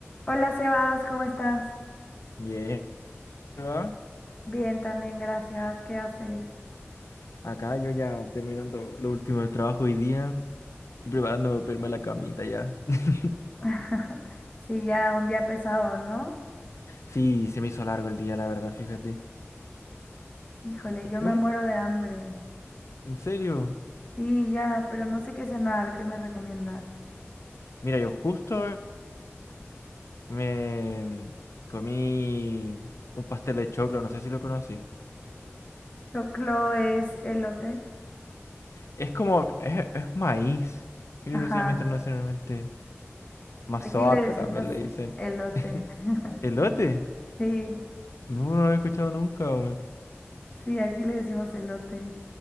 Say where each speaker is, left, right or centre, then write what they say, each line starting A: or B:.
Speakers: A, on the left; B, on the left.
A: Hola Sebas, ¿cómo estás?
B: Bien, ¿va?
A: Bien, también, gracias. ¿Qué haces?
B: Acá yo ya terminando lo último del trabajo hoy día y preparándome para irme a la camita ya. <laughs>
A: <laughs> Sí, ya un día pesado, ¿no?
B: Sí, se me hizo largo el día, la verdad, fíjate.
A: Híjole,
B: ¿Y
A: yo
B: tú?
A: me muero de hambre.
B: ¿En serio?
A: Sí, ya, pero no sé qué cenar, ¿qué me recomiendas?
B: Mira, yo justo me comí un pastel de choclo, no sé si lo conocí.
A: Choclo es elote.
B: Es como, es, es maíz. Ellos
A: Ajá,
B: decían internacionalmente mazorca
A: aquí le decimos
B: también le dicen.
A: elote.
B: <laughs>
A: <laughs>
B: ¿Elote?
A: Sí,
B: No, no lo había escuchado nunca, weón.
A: sí, aquí le decimos elote.